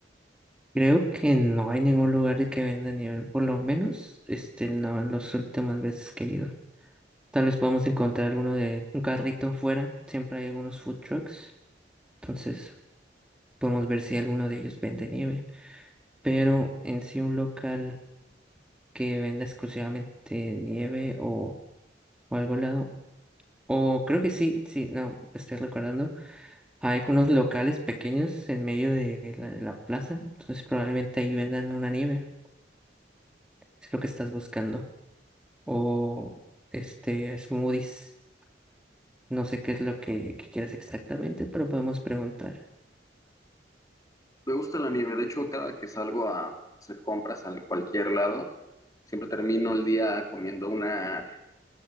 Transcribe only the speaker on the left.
Me gusta la nieve, de hecho, cada que salgo a hacer compras a cualquier lado, siempre termino el día comiendo una,